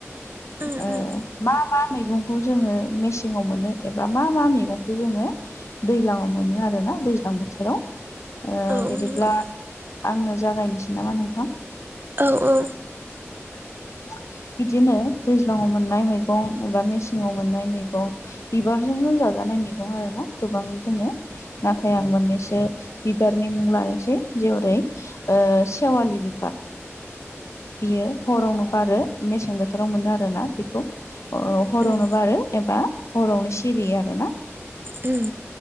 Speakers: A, on the right; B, on the left.
A: उम
B: ओ
A: उम
B: मा मा मैगंखौ जोङो मेसेंयाव मोनो एबा मा मा मैगंखौ जोङो दैज्लङाव मोनो आरोना दैज्लां बोथोराव ओ
A: औ
B: बिदिब्ला
A: नंगौ
B: आंनो जागायनोसै नामा नोंथां
A: औ औ
B: <inaudible> बिदिनो दैज्लाङाव मोननाय मैगं एबा मेसेंआव मोननाय मैगं बिबारजोंनो जाजानाय मैगं आरो ना गोबां दोङो नाथाय आं मोननैसो बिबारनि मुं लानोसै जेरै ओ सेेवालि बिबार बियो हरावनो बारो मेसें बोथोराव मोनो आरोना बेखौ
A: उम
B: हरावनो
A: उम
B: बारो एबा हरावनो सिरियो आरोना।
A: उम